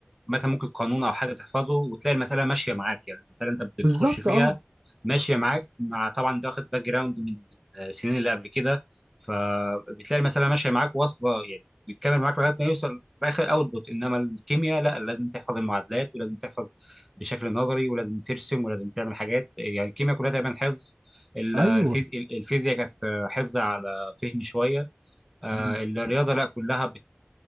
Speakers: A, in the centre; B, on the right (about 55°).
A: مثلا ممكن قانون او حاجه تحفظه وتلاقي المساله ماشيه معاك يعني المساله انت بتخش
B: بالظبط
A: فيها
B: اه
A: ماشيه معاك مع طبعا انت واخد باك جراوند من السنين اللي قبل كده فبتلاقي المساله ماشيه معاك واصله يعني بيتكمل معاك لغايه ما يوصل في اخر اوتبوت انما الكيمياء لا لازم تحفظ المعادلات ولازم تحفظ بشكل نظري ولازم ترسم ولازم تعمل حاجات يعني الكيمياء كلها تقريبا حفظ ال-
B: ايوه
A: الفيز- الفيزياء كانت حفظ على فهم شويه آه،
B: مم.
A: الرياضه لا كلها بت